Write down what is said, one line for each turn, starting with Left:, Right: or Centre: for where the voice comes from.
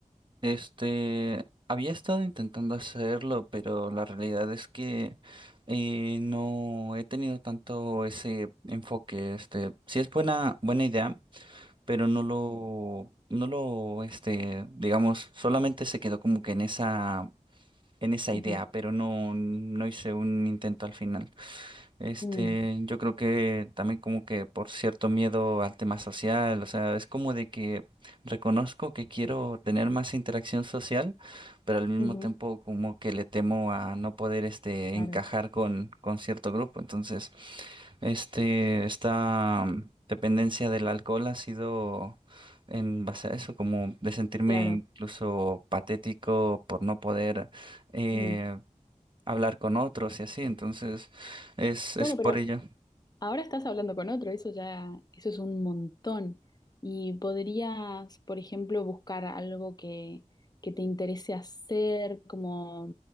Right: Este, había estado intentando hacerlo, pero la realidad es que eh, no he tenido tanto ese enfoque. Este, sí es buena, buena idea, pero no lo, no lo, este, digamos, solamente se quedó como que en esa, en esa
Left: Ujú,
Right: idea, pero no, no hice un intento al final. Este,
Left: mm,
Right: yo creo que también como que por cierto miedo al tema social, o sea, es como de que reconozco que quiero tener más interacción social, pero al mismo
Left: ujú,
Right: tiempo como que le temo a no poder, este,
Left: Claro,
Right: encajar con, con cierto grupo, entonces este, esta mm, dependencia del alcohol ha sido en base a eso, como de sentirme
Left: claro.
Right: incluso patético por no poder eh,
Left: mm.
Right: hablar con otros y así. Entonces, es, es
Left: Bueno,
Right: por
Left: pero
Right: ello.
Left: Ahora estás hablando con otro, eso ya, eso es un montón. Y podrías, por ejemplo, buscar algo que, que te interese hacer, como